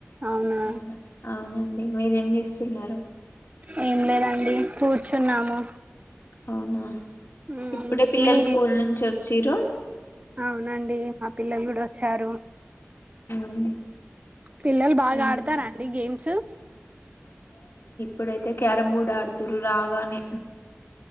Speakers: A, on the right (about 30°); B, on the left (about 60°).
A: అవునా
B: అవును అవునండి మీరేం చేస్తున్నారు
A: ఏం లేదండి కూర్చున్నాము
B: అవునా
A: మ్
B: ఇప్పుడే పిల్లలు
A: మీ
B: స్కూల్ నుంచి వ జీరో
A: అవునండి మా పిల్లలు కూడా వచ్చారు
B: ఉమ్,
A: పిల్లలు బాగా
B: ఏం
A: ఆడతారంండి
B: లే
A: గేమ్ స
B: పయితే క్యారం బోర్డ్ ఆడుతుారు రాగానే